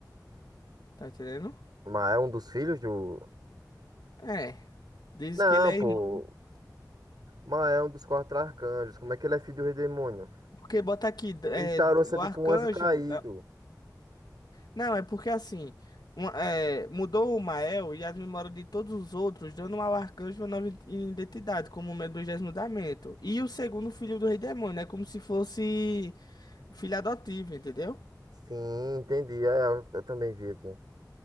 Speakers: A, on the left; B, on the right.
A: Tá entendendo?
B: O Mael é um dos filhos do
A: É. Diz
B: Não,
A: que ele é
B: pô.
A: irmão,
B: O Mael é um dos quatro arcanjos. Como é que ele é filho do rei demônio?
A: porque bota aqui,
B: O
A: é,
B: Starouça
A: o
B: é tipo
A: arcanjo.
B: um anjo caído.
A: Não, é porque assim, uma- é, mudou o Mael e as memórias de todos os outros, dando ao arcanjo uma nova in- identidade, como o Medusésimo mudamento. E o segundo filho do Rei Demônio, é como se fosse filho adotivo, entendeu?
B: Sim, entendi. É, eu, eu também vi aqui.